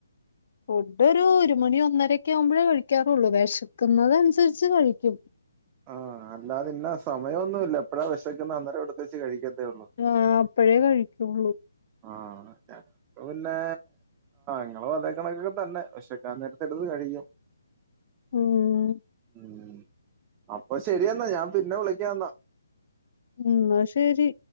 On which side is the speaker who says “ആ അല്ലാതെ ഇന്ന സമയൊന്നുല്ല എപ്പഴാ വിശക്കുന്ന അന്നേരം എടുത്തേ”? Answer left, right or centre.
Right